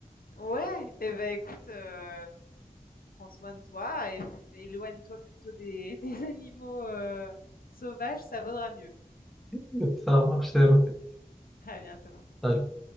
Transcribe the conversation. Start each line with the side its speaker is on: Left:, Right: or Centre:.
Left: Ouais, et eh ben écoute, euh, prends soin de toi et éloigne-toi plutôt des, <laughs> des animaux euh, sauvages, ça vaudra mieux.
Centre: <laughs> Ça marche, c'est noté.
Left: À bientôt.
Centre: Salut.